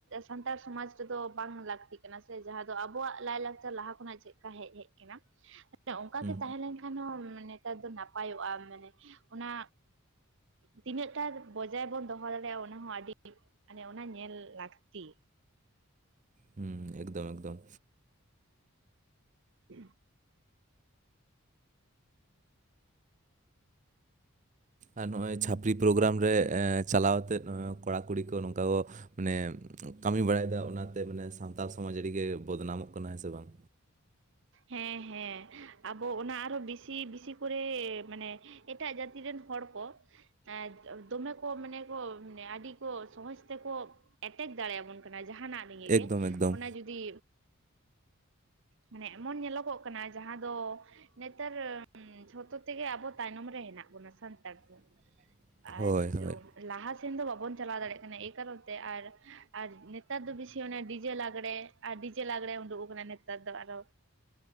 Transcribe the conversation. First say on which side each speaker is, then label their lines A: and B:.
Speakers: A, on the right; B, on the right.
A: ᱥᱟᱱᱛᱟᱲ ᱥᱚᱢᱟᱡᱽ ᱨᱮᱫᱚ ᱵᱟᱝ ᱞᱟᱹᱠᱛᱤᱜ ᱠᱟᱱᱟ ᱥᱮ ᱡᱟᱦᱟᱸ ᱫᱚ ᱟᱵᱚᱣᱟᱜ ᱞᱟᱭ ᱞᱟᱠᱪᱟᱨ ᱞᱟᱦᱟ ᱠᱷᱚᱱᱟᱜ ᱪᱮᱫ ᱦᱮᱡ ᱦᱮᱡ ᱠᱟᱱᱟ ᱢᱮ ᱚᱱᱠᱟ
B: ᱦᱩᱸ
A: ᱜᱮ ᱛᱟᱦᱮᱸ ᱞᱮᱱᱠᱷᱟᱱ ᱦᱚᱸ ᱢᱟᱱᱮ ᱱᱮᱛᱟᱨ ᱫᱚ ᱱᱟᱯᱟᱭᱚᱜᱼᱟ ᱢᱟᱱᱮ ᱚᱱᱟ ᱛᱤᱱᱟᱹᱜ ᱴᱟᱜ ᱵᱚᱡᱟᱭ ᱵᱚᱱ ᱫᱚᱦᱚ ᱫᱟᱲᱮᱭᱟᱜᱼᱟ ᱚᱱᱟ ᱦᱚᱸ ᱟᱹᱰᱤ ᱢᱟᱱᱮ ᱚᱱᱟ ᱧᱮᱞ ᱞᱟᱹᱠᱛᱤ
B: ᱦᱩᱸ ᱮᱠᱫᱚᱢ ᱮᱠᱫᱚᱢ
A: ᱦᱮᱸ <unintelligible>
B: ᱟᱨ ᱱᱚᱜᱼᱚᱭ ᱪᱷᱟᱯᱨᱤᱤ ᱯᱨᱳᱜᱨᱟᱢ ᱨᱮ ᱪᱟᱞᱟᱣᱛᱮ ᱱᱚᱜ-ᱚᱭ ᱠᱚᱲᱟ ᱠᱩᱲᱤ ᱠᱚ ᱱᱚᱝᱠᱟ ᱢᱟᱱᱮ ᱠᱟᱹᱢᱤ ᱵᱟᱲᱟᱭ ᱮᱫᱟ ᱚᱱᱟᱛᱮ ᱢᱟᱱᱮ ᱥᱟᱱᱛᱟᱲ ᱥᱚᱢᱟᱡᱽ ᱨᱮᱜᱮ ᱵᱚᱫᱱᱟᱢᱚᱜ ᱠᱟᱱᱟ ᱦᱮᱸ ᱥᱮ ᱵᱟᱝ
A: ᱦᱮᱸ ᱦᱮᱸ ᱟᱵᱚ ᱚᱱᱟ ᱟᱨᱚ ᱵᱮᱥᱤ ᱵᱮᱥᱤ ᱠᱚᱨᱮ ᱢᱟᱱᱮ ᱮᱴᱟᱜ ᱡᱟᱹᱛᱤ ᱨᱮᱱ ᱦᱚᱲ ᱠᱚ ᱮ ᱫᱚᱢᱮ ᱠᱚ ᱢᱟᱱᱮ ᱠᱚ ᱟᱹᱰᱤ ᱠᱚ ᱥᱚᱦᱚᱡᱽ ᱛᱮᱠᱚ ᱮᱴᱮᱠ ᱫᱟᱲᱮᱭᱟᱵᱚᱱ ᱠᱟᱱᱟ ᱡᱟᱦᱟᱱᱟᱜ ᱨᱮᱤᱜᱮ
B: ᱮᱠᱫᱚᱢ ᱮᱠᱫᱚᱢ
A: ᱚᱱᱟ ᱡᱩᱫᱤ ᱢᱟᱱᱮ ᱮᱢᱚᱱ ᱧᱮᱞᱚᱜᱚᱜ ᱠᱟᱱᱟ ᱡᱟᱦᱟᱸ ᱫᱚ ᱱᱮᱛᱟᱨ ᱡᱷᱚᱛᱚ ᱛᱮᱜᱮ ᱟᱵᱚ ᱛᱟᱭᱱᱚᱢ ᱨᱮ ᱦᱮᱱᱟᱜ ᱵᱚᱱᱟ ᱥᱟᱱᱛᱟᱲ ᱫᱚ
B: <inaudible>
A: ᱟᱨ <unintelligible>
B: ᱦᱳᱭ
A: ᱞᱟᱦᱟ ᱥᱮᱱ ᱫᱚ ᱵᱟᱵᱚᱱ ᱪᱟᱞᱟᱣ ᱫᱟᱲᱮᱭᱟᱜ ᱠᱟᱱᱟ ᱮᱭ ᱠᱟᱨᱚᱱ ᱛᱮ ᱟᱨ ᱟᱨ ᱱᱮᱛᱟᱨ ᱫᱚ ᱵᱮᱥᱤ ᱚᱱᱮ ᱰᱤᱡᱮ ᱞᱟᱜᱽᱬᱮ ᱟᱨ ᱰᱤᱡᱮ ᱞᱟᱜᱽᱲᱮ ᱩᱰᱩᱠ ᱟᱠᱟᱱᱟ ᱱᱮᱛᱟᱨ ᱫᱚ ᱟᱨᱚ